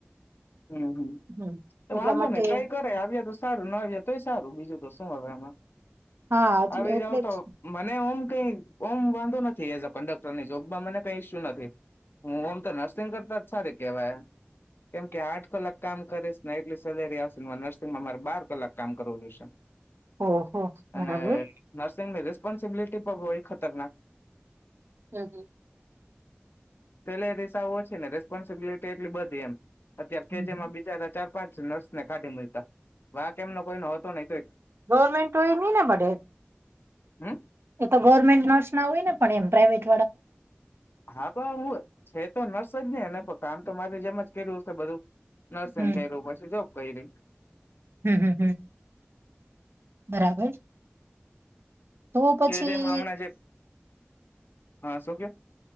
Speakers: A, on the left (about 60°); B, on the right (about 65°).
A: હમમ
B: હમ એટલા
A: વાંધો
B: માટે
A: નને ટ્રાય કરે આવ્યા તો સારું ના આવ્યા તોય સારું બીજું તો શું હવે એમાં
B: હા એટલે
A: આવી
B: એટલે
A: જાાવ તો
B: જ
A: મને ઓમ કઈ ઓમ વાંધો નથી એઝ અ કન્ડક્ટર ની જોબમાં મને કઈ ઈસ્યુ નથી હું ઓમ તો નર્સિંગ કરતા જ સારી કેહેવાય કેમ કે આઠ કલાક કામ કરીશ ને એટલી સેલેરી આવશે ને મારે નર્િંગમાં મારે બાર કલાક કામ કરવું જોઈશે
B: ઓહો
A: અને
B: બરાબર
A: નર્સિંગ ર પોન્સબિલિટી પ એ ખતરનાક
B: હ હ
A: પેલે રિસા ઓછી ને રેસ્પોન્સિબિલિટી એટલી બધી એમ અત્ય્યારે
B: હમ
A: ખેચેમાં બીજા ચાર પાંચ નર્સ ને કાઢી મળતા વાક એમનો કોઈ ન હતો નહ
B: ગવર્મેન્ટ હોય નહી ને મળે,
A: <inaudible>
B: એ તો ગવર્મેન્ટ નર્સ ના હોય ને પણ એમ પ્રાઇવેટ
A: હા પણ હું છે, તો ન શને પ કામ તો મારે જેમ જ કર્યુંશે બધું નરસિંહ
B: હમ
A: કું પછી જો કઈ રહી
B: હમ હમ હમ બરાબર તો પછી
A: કે જેમ હમણાં જે હા શું કે